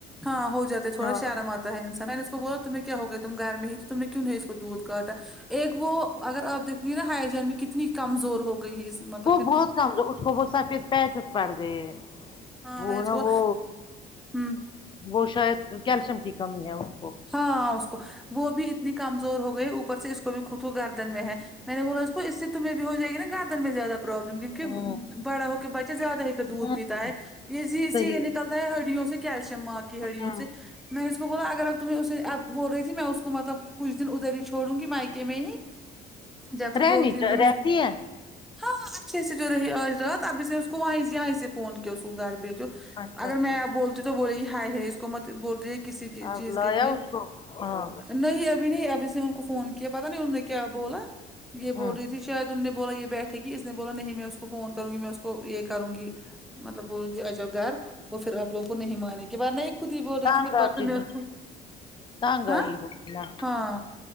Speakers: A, in the centre; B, on the left.
A: ہاں ہو جا تھوڑا
B: ہاں
A: شارا ا انسانا میں نے اس کو بولا تمہیں کیا ہو گیا تم گھر میں ہی تو تم نے کیوں ہے اس کو دودھ کاٹا ایک وہ اگر آپ دیکھو گے نا ہائیجین بھی کتنی کمزور ہو گئی ہے اس مطلب
B: وہ
A: کہ دو-
B: بہت کم اس کو وہ سفید پہچس پڑ گئے
A: ہاں
B: وہ
A: میں اس
B: نا
A: کو
B: وہ
A: ہوں
B: وہ شاید کیلشیم کی کمی ہے اس کو
A: ہاں اس کو وہ بھی اتنی کمزور ہو گئی اوپر سے اس کو بھی خود کو گردن میں ہے میں نے بولا اس کو اسے تو میں بھی ہو جائے گیا گاندر میں زیادہ پرابلم کیونکہ
B: ہوں
A: بڑا ہو کے بچے زیادہ ہی کر دودھ
B: ہوں
A: پیتا ہے یہ
B: صحیح
A: سیدھے نکلتا ہڑیوں سے کیلشیم ماں کی ہڑیوں
B: ہے
A: سے میں اس کو بولا اگر آ کو تو میں اس اب بول رہی تھی میں اس کو مطلب کچھ دن ادھر ہی چھوڑوں گی مائکے میں ہی جب تک
B: رہنی
A: دو تین
B: چا-
A: دن اس
B: رہتی
A: کے
B: ہے
A: ہاں اچھے سے جو رہی آج رات ابھی سے اس کو وہ یہیں سے فون کیا اس کو گھر بھیجو
B: اچھا
A: اگر
B: اچھا
A: میں بولتی ہوں تو بولے گی ہائے ہے اس کو مت بولتی کسی کی
B: آپ
A: چیز
B: لایا
A: کے لیے
B: اس کو ہاں
A: نہیں ابھی نہیں ابھی سے ان کو فون کیا پتا نہیں ان نے کیا بولا یہ بول
B: ہوں
A: رہی تھی شاید ان نے بولا یہ بیٹھے کہ اس نے بولا نہیں میں اس کو کو فون کروں گی میں اس کو یہ کروں گی مطلب بول رہ اجاؤ گھر وہ پھر آپ لوگوں کو نہیں ماننے کی بات نہیں خود ہی بول رہی
B: تانگ
A: تھی پھر پرس
B: آتی
A: میں
B: ہوں
A: اس کو
B: تانگ
A: ہاں
B: آئی ہوگی نا
A: ہاں